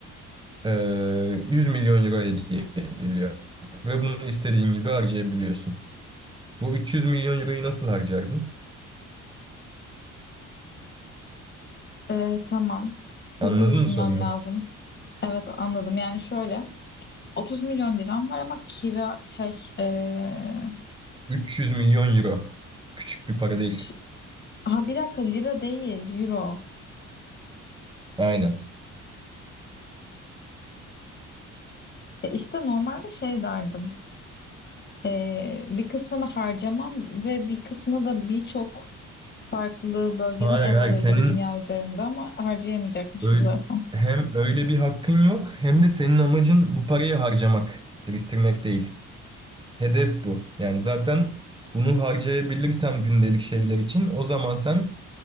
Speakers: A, on the right (about 15°); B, on the left (about 35°).
A: eee, 100 milyon euro hediye ediliyor ve bunu istediğin gibi harcayabiliyorsun. Bu 300 milyon euroyu nasıl harcardın?
B: E, tamam. Hızlı
A: Anladın
B: düşünmem
A: mı sorumu?
B: lazım. Evet anladım. Yani şöyle 30 milyon liram var ama kira şey e,
A: 300 milyon euro. Küçük bir para değil.
B: ş- ha bir dakika lira değil euro.
A: Aynen.
B: E, işte normalde şey derdim. Ee, bir kısmını harcamam ve bir kısmını da birçok farklı bölgeden
A: Hayır
B: ev alırdım
A: hayır senin
B: dünya üzerinde
A: s-
B: ama harcayamayacakmışım
A: ö-
B: zaten.
A: hem öyle bir hakkın yok hem de senin amacın bu parayı harcamak, biriktirmek değil. Hedef bu. Yani zaten bunu harcayabilirsen gündelik şeyler için o zaman sen